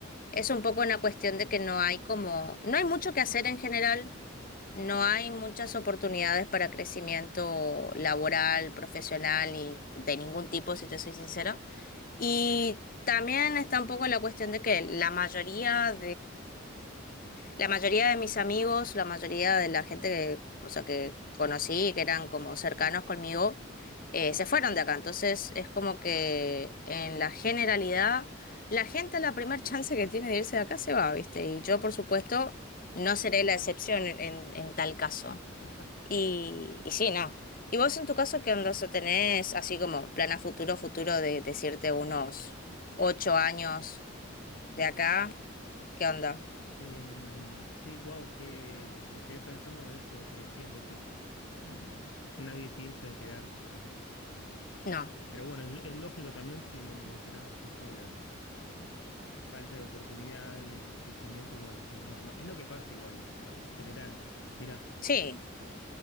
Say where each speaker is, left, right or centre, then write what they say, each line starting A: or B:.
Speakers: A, on the left (about 45°); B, on the left (about 70°).
A: es un poco una cuestión de que no hay como, no hay mucho que hacer en general, no hay muchas oportunidades para crecimiento laboral, profesional y de ningún tipo, si te soy sincera. Y también está un poco la cuestión de que la mayoría la mayoría de mis amigos, la mayoría de la gente que, o sea, que conocí, que eran como cercanos conmigo, eh, se fueron de acá. Entonces es como que en la generalidad, la gente a la primer <laughs> chance que tiene de irse de acá se va, ¿viste? Y yo, por supuesto, no seré la excepción en, en, en tal caso.
B: <laughs>
A: Y, y sí, no. ¿Y vos en tu caso qué onda? O sea, ¿Tenés así como plan a futuro, futuro de decirte unos ocho años de acá? ¿Qué onda?
B: Em, sí, wow, que me quedé pensando con eso de que decías de que eh, nadie piensa en quedarse ahí. Eh,
A: No.
B: pero bueno, es, es lógico también si me mencionabas esto de la eh, f- falta de oportunidad, de, de crecimiento, bueno, es normal. Es lo que pasa igual, eh, en general. Mira,
A: Sí.